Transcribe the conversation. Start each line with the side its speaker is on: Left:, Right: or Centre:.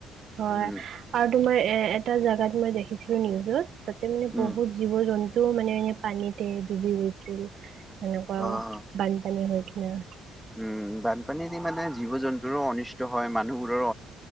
Right: হয়।
Centre: উম,
Right: আৰু তোমাৰ এ এটা জোগাত মই দেখিছিলোঁ নিউজত, তাতে মান
Centre: উম,
Right: বহুত জীৱ-জন্তু টো মানে এনে পানীতে ডুবি গৈছিল, এনেকুৱা
Centre: অ',
Right: বানপানী হৈ কিনে
Centre: উম বানপানীদি মানে জীৱ জন্তুৰো অনিষ্ট হয়, মানুহবোৰৰ